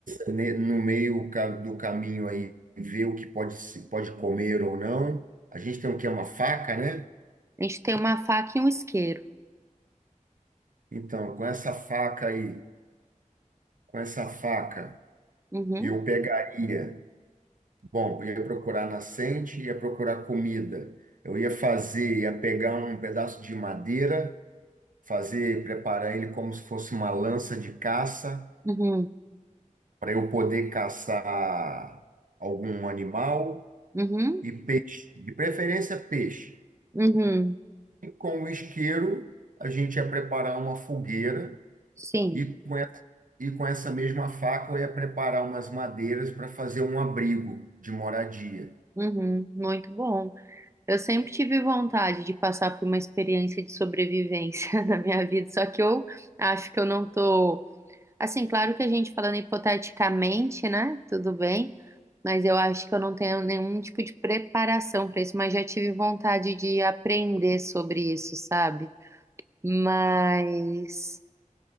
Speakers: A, on the right; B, on the right.
A: ne- no meio ca- do caminho aí, ver o que pode se pode comer ou não. A gente tem o que é uma faca, né?
B: A gente tem uma faca e um isqueiro.
A: Então, com essa faca aí, com essa faca,
B: Uhum.
A: eu pegaria, bom, eu ia procurar nascente, ia procurar comida. Eu ia fazer, ia pegar um pedaço de madeira fazer, preparar ele como se fosse uma lança de caça,
B: Uhum.
A: para eu poder caçar algum animal
B: Uhum,
A: e peixe, de preferência peixe.
B: uhum,
A: E com o isqueiro, a gente ia preparar uma fogueira
B: sim,
A: e com, e- e com essa mesma faca eu ia preparar umas madeiras para fazer um abrigo de moradia.
B: uhum, muito bom. Eu sempre tive vontade de passar por uma experiência de sobrevivência <laughs> na minha vida, só que eu acho que eu não tô. Assim, claro que a gente falando hipoteticamente, né? Tudo bem, mas eu acho que eu não tenho nenhum tipo de preparação para isso, mas já tive vontade de aprender sobre isso, sabe? Mas